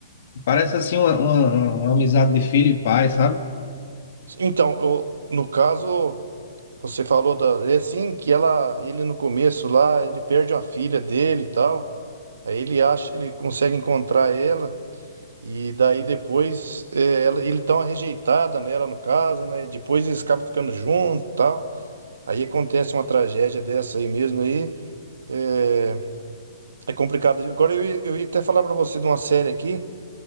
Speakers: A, on the left; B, on the right.
A: parece assim uma, uma, uma amizade de filho e pai, sabe?
B: Então, eu- no caso, você falou da. É assim que ela, ele no começo lá, ele perde uma filha dele e tal. Aí ele acha, ele consegue encontrar ela. E daí depois é, ela- ele dá uma rejeitada nela, no caso, né? E depois eles acabam ficando juntos e tal. Aí acontece uma tragédia dessa aí mesmo aí. É, é complicado. Agora eu, ia- eu ia até falar pra você de uma série aqui.